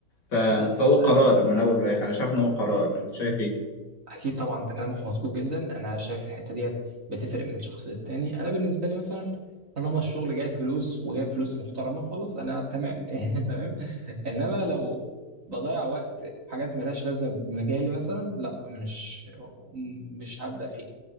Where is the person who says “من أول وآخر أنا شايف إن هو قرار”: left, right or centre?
Left